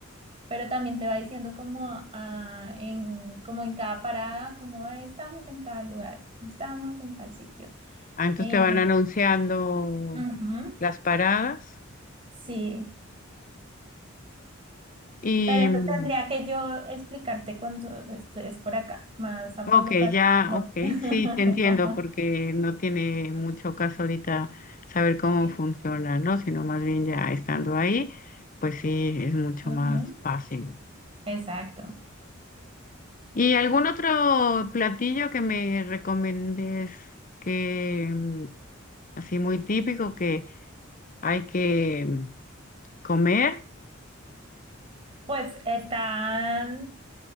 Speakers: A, on the right; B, on the left.
A: pero también te va diciendo como, ah, en, como en cada parada, como "Ah, estamos en tal lugar, estamos en tal sitio.
B: Ah, entonces
A: Eh,
B: te van anunciando
A: ujú,
B: las paradas.
A: sí.
B: Y,
A: Pero eso
B: mm,
A: tendría que yo explicarte cuando estés por acá, más a
B: ok,
A: fondo para...
B: ya,
A: No.
B: ok,
A: <laughs>
B: sí, te entiendo, porque no tiene mucho caso ahorita saber cómo
A: Sí.
B: funciona, ¿no? Sino más bien ya estando ahí, pues sí, es mucho
A: Ujú,
B: más fácil.
A: Exacto.
B: ¿Y algún otro platillo que me recomiendes que, mm, así muy típico, que hay que mm, ¿Comer?
A: Pues están